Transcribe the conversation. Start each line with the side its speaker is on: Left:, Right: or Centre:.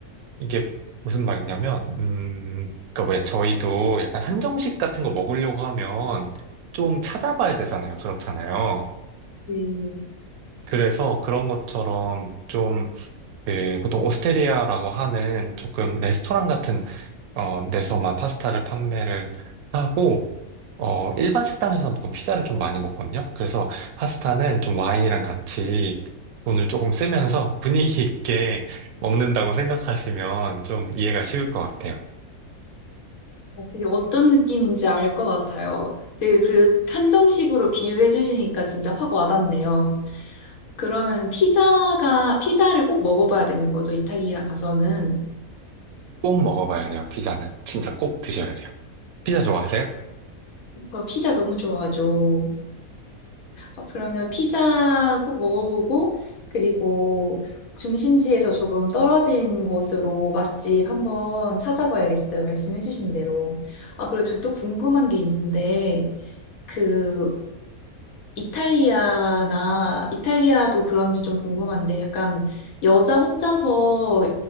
Right: 이게 무슨 말이냐면, 음, 그니까 왜 저희도 약간 한정식 같은 거 먹으려고 하면 좀 찾아봐야 되잖아요. 그렇잖아요.
Left: 음,
Right: 그래서 그런 것처럼 좀, 그, 보통 오스테리아라고 하는 조금 레스토랑 같은, 어, 데서만 파스타를 판매를 하고, 어, 일반 식당에서 보통 피자를 좀 많이 먹거든요. 그래서 파스타는 좀 와인이랑 같이 돈을 조금 쓰면서 분위기 있게 <laughs> 먹는다고 생각하시면 좀 이해가 쉬울 것 같아요.
Left: 되게 어떤 느낌인지 알 것 같아요. 되게 그 한정식으로 비유해 주시니까 진짜 확 와닿네요. 그러면 피자가, 피자를 꼭 먹어봐야 되는 거죠, 이탈리아 가서는.
Right: 꼭 먹어봐야 돼요, 피자는. 진짜 꼭 드셔야 돼요. 피자 좋아하세요?
Left: 저 피자 너무 좋아하죠. 어, 그러면 피자 꼭 먹어보고, 그리고 중심지에서 조금 떨어진 곳으로 맛집 한번 찾아봐야겠어요. 말씀해주신 대로. 아, 그리고 저 또 궁금한 게 있는데, 그, 이탈리아나, 이탈리아도 그런지 좀 궁금한데, 약간 여자 혼자서